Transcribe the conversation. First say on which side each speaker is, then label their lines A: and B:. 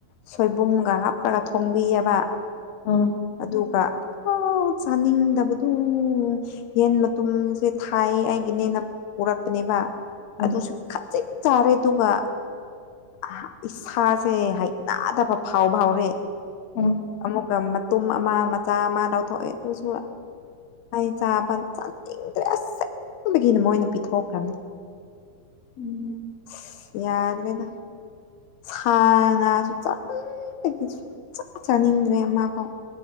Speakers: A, on the left; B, on the left.
A: ꯁꯣꯏꯕꯨꯝꯒ ꯍꯥꯞꯔꯒ ꯊꯣꯡꯕꯤꯑꯕ
B: ꯎꯝ
A: ꯑꯗꯨꯒ ꯑꯣ ꯆꯥꯅꯤꯡꯗꯕꯗꯨ ꯌꯦꯟ ꯃꯇꯨꯝꯁꯦ ꯊꯥꯏ ꯑꯩꯒꯤꯅꯦꯅ ꯄꯨꯔꯛꯄꯅꯦꯕ
B: ꯎꯝ
A: ꯑꯗꯨꯁꯨ ꯈꯖꯤꯛ ꯆꯥꯔꯦ ꯑꯗꯨꯒ ꯑꯥ ꯏꯁꯥꯁꯦ ꯍꯩꯅꯥꯗꯕ ꯐꯥꯎꯕ ꯍꯧꯔꯦ
B: ꯎꯝ
A: ꯑꯃꯨꯛꯀ ꯃꯇꯨꯝ ꯑꯃ ꯃꯆꯥ ꯑꯃ ꯂꯧꯊꯣꯛꯑꯦ ꯑꯗꯨꯁꯨ ꯑꯥ ꯑꯩ ꯆꯥꯕ ꯆꯥꯅꯤꯡꯗ꯭ꯔꯦ ꯑꯁ ꯑꯁꯦꯡꯕꯒꯤꯅ ꯃꯣꯏꯅ ꯄꯤꯊꯣꯛꯈ꯭ꯔꯝꯅꯤ
B: ꯎꯝ
A: ꯁꯤꯁ ꯌꯥꯗ꯭ꯔꯦꯗ ꯁꯥ ꯉꯥꯁꯨ ꯆꯥꯃꯟꯕꯒꯤ ꯁꯨꯡꯆꯥ ꯆꯥꯅꯤꯡꯗ꯭ꯔꯦ ꯑꯃ ꯐꯥꯎ